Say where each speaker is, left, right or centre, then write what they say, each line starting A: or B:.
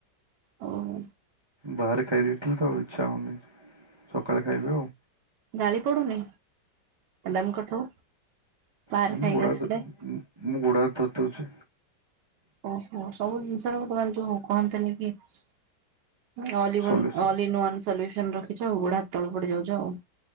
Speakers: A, on the right; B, on the right.
A: ଓହୋ।
B: ବାହାରେ ଖାଇଦେଇ ଥିଲି ତ ଆଉ ଇଚ୍ଛା ହୋଉନି ସକାଳେ ଖାଇବି ଆଉ।
A: ଗାଳି ପଡୁନି? ହେଲେ ଆମେ କଥା ବାହାରେ
B: ହଁ ମୁଁ
A: ଖାଇକି
B: ଗୋଡ
A: ଆସିଥିଲେ।
B: ହାତ ମୁଁ ଗୋଡ ହାତ ଧୋଇ ଦଉଛି
A: ଓହୋ ସବୁ ଜିନିଷର ଦବାରେ <unintelligible> ଯୋଉ କହନ୍ତିନି। ଉଁ all in
B: solution
A: all in one solution ରଖିଚୁ ଗୋଡ ହାତ ତଳେ ପଡି ଯାଉଚୁ ଆଉ।